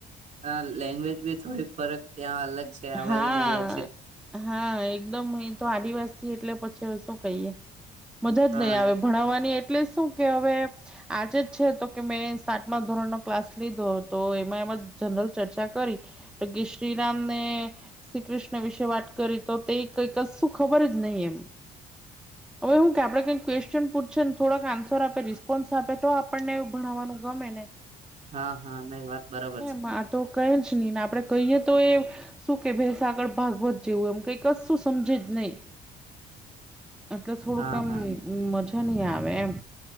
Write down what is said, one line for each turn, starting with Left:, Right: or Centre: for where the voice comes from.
Right: હા લેંગ્વેજ બી થોડીક ફરક ત્યાં અલગ. છે આ
Centre: હા,
Right: બાજુ ને અલગ છે
Centre: હા એકદમ એ તો આદિવાસી એટલે પછી શું કહીએ મદદ
Right: હા
Centre: નહીં આવે ભણાવવાની એટ એટલે શું કે હવે આજે છે, તો કે મેં સાતમા ધોરણ નો ક્લાસ લીધો તો એમા જનરલ, ચર્ચા કરી તો કે શ્રીરામ ને શ્રી કૃષ્ણ વિશે વાત કરી તો તે કઈક શું ખબર જ નહી એમ હવે, હુ કે આપણે કઈ ક્વેશ્ચન પૂછે ને થોડાક આન્સર આપે રિસ્પોન્સ આપે તો આપણને એવ ભણાવવાનું ગમે ને
Right: હા, હા નઈ વાત બરાબર છે.
Centre: એમ આ તો કઈ નહી, ને આપડે કહીએ તો એ શું કે ભેસાગળ ભાગવત જેવુ, એમ કઈકશું સમજે જ નહી એટલે થોડુંક,
Right: હા
Centre: આમ
Right: હા
Centre: મજા નહી. આવે એમ